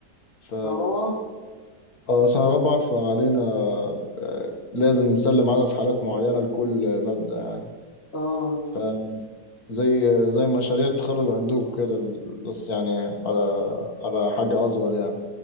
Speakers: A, on the left (about 65°); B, on the left (about 40°).
A: ف
B: سنة رابعة؟
A: اه سنة رابعة فعلينا آه، لازم نسلم عدد حالات معينة لكل مادة يعني
B: اه
A: فزي زي مشاريع التخرج عندكم كده بس يعني على على حاجة أصغر يعني